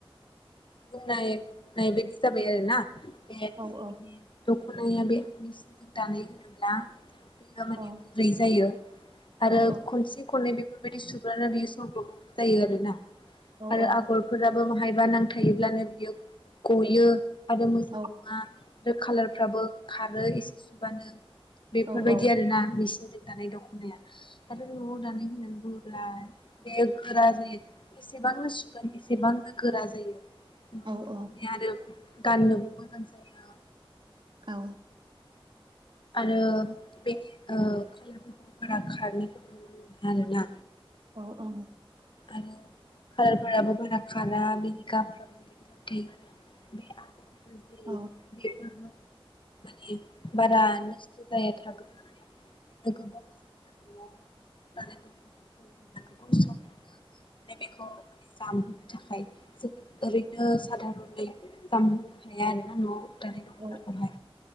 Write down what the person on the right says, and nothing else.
औ औ
औ
औ
औ
औ
औ
औ औ
औ
औ
औ।
औ औ
औ
औ